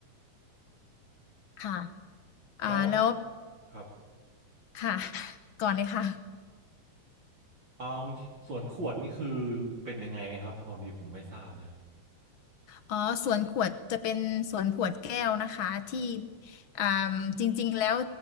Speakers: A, on the left; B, on the right.
A: ค่ะอ่าแล้ว
B: แล้วครับ
A: ค่ะ <laughs> ก่อนเลยค่ะ
B: เอ่าคุณสวนขวดนี่คือเป็นยังไงครับพอดีผมไม่ทราบเลยครับ
A: อ๋อสวนขวดจะเป็นสวนขวดแก้วนะคะที่อ่าจริงๆแล้ว